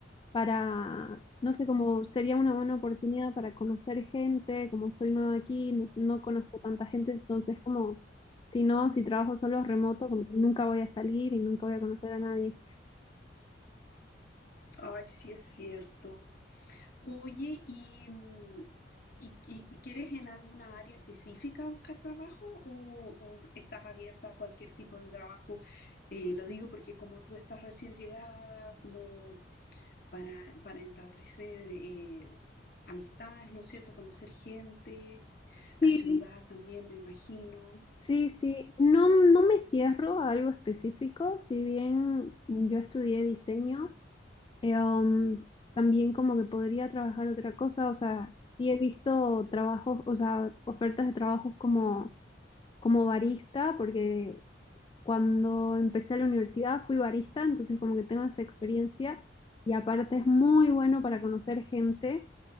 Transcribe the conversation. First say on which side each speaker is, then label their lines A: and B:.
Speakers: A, on the left; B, on the left.
A: para, no sé, como sería una buena oportunidad para conocer gente, como soy nueva aquí, no, no conozco tanta gente, entonces como, si no, si trabajo solo remoto, como que nunca voy a salir y nunca voy a conocer a nadie.
B: Ay, sí es cierto. Oye, ¿y, mm, y- y- y quieres en alguna área específica buscar trabajo o, o estás abierta a cualquier tipo de trabajo? Eh, lo digo porque como tú estás recién llegada, como para, para establecer eh, amistades, ¿no es cierto? Conocer gente, la
A: Sí,
B: ciudad también, me imagino.
A: sí, sí, no, no me cierro a algo específico, si bien yo estudié diseño, eh, um, también como que podría trabajar otra cosa, o sea, sí he visto trabajos, o sea, ofertas de trabajos como como barista, porque Cuando empecé la universidad fui barista, entonces como que tengo esa experiencia y aparte es muy bueno para conocer gente.